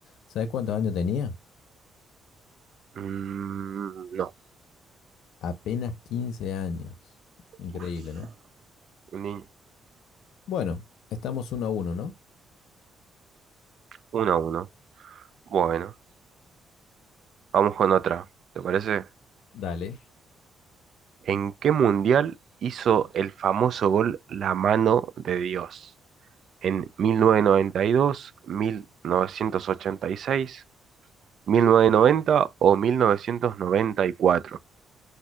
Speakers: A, on the left; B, on the right.
A: ¿Sabes cuántos años tenía?
B: Mm, no,
A: Apenas 15 años. Increíble,
B: Uf,
A: ¿no?
B: un niño.
A: Bueno, estamos uno a uno, ¿no?
B: uno a uno. Bueno. Vamos con otra, ¿te parece?
A: Dale.
B: ¿En qué mundial hizo el famoso gol La mano de Dios? ¿En mil mil novecientos novecientos noventa y y dos mil novecientos ochenta y seis mil novecientos noventa o mil novecientos noventa y cuatro